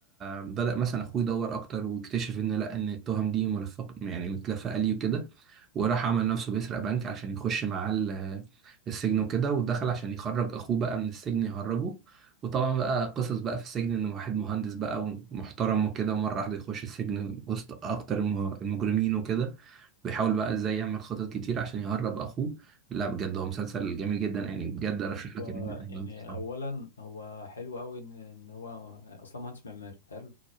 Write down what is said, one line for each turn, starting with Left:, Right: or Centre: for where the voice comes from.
Right: بدأ مثلا اخوه يدور اكتر واكتشف ان لا ان التهم دي ملفق يعني متلفقه ليه وكده وراح عمل نفسه بيسرق بنك عشان يخش معاه ال- السجن وكده ودخل عشان يخرج اخوه بقى من السجن يهربه وطبعا بقى قصص بقى في السجن ان واحد مهندس بقى ومحترم وكده ومره واحده يخش السجن وسط اكتر المه- المجرمين وكده بيحاول بقى ازاي يعمل خطط كتير عشان يهرب اخوه لا بجد هو مسلسل جميل جدا يعني بجد ارشح
Left: طب
Right: لك
Left: آه،
Right: إن
Left: يعني
Right: أنت تتفرج.
Left: اولا هو حلو قوي ان إن هو اصلا مهندس معماري حلو